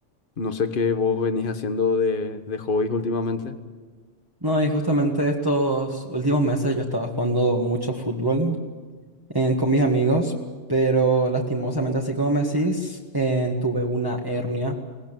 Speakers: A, on the left; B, on the right.
A: No sé qué vos venís haciendo de, de hobbies últimamente.
B: No, y justamente estos últimos meses yo estaba jugando mucho fútbol eh, con mis amigos, pero lastimosamente, así como me decís, eh, tuve una hernia,